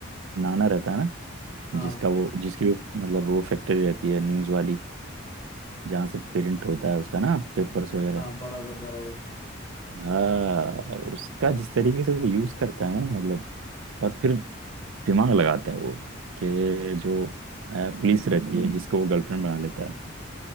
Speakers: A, on the right (about 70°); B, on the left (about 40°).
A: नाना रहता है ना
B: हाँ
A: जिसका वो जिसकी वो मतलब वो फैक्ट्री रहती है न्यूज वाली जहाँ से प्रिंट होता है उसका ना पेपर्स वगैरह
B: हाँ बराबर बराबर
A: हाँ उसका जिस तरीके से वो यूज करता है ना मतलब और फिर दिमाग लगाता है वो कि जो अ, पुलिस रहती है जिसको वो गर्लफ्रेंड बना लेता है